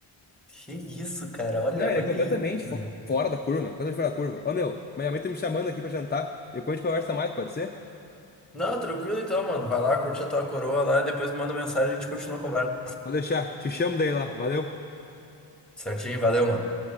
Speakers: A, in the centre; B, on the left.
A: Que isso, cara? Olha,
B: Não, ele
A: olha
B: é completamente
A: isso,
B: fo-
A: meu.
B: fora da curva, meu, completamente fora da curva. Ô, meu, minha mãe tá me chamando aqui pra jantar. Depois a gente conversa mais, pode ser?
A: Não, tranquilo então, mano. Vai lá, curte a tua coroa lá e depois me manda mensagem e a gente continua a conversa.
B: Vou deixar, te chamo daí lá, valeu.
A: Certinho? Valeu, mano.